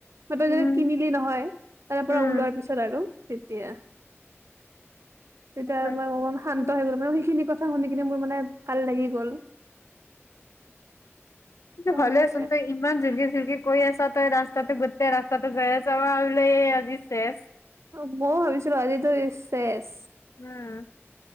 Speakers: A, on the right; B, on the left.
A: <unintelligible>
B: উম
A: কিনিলি ন হয়, তাৰ পৰা
B: উম
A: ওলোৱাৰ পিছত আৰু। তেতিয়া। তেতিয়া
B: হয়
A: আৰু মই বহুত শান্ত
B: অ,
A: হৈ গলো, মানে সেইখিনি কথ কথা শুনি কিনে মোৰ মানে ভাল লাগি গ'ল।
B: কিন্তু
A: ত
B: হ'লেচোন
A: সেনেকে
B: তই ইমান জুৰকে জুৰকে কৈ আছ। ৰাস্তাতে গোতে ৰাস্তাতে যায় আছা আজি চেছ।
A: অ ময়ো ভাবিছিলো আজিতো চেছ
B: উম।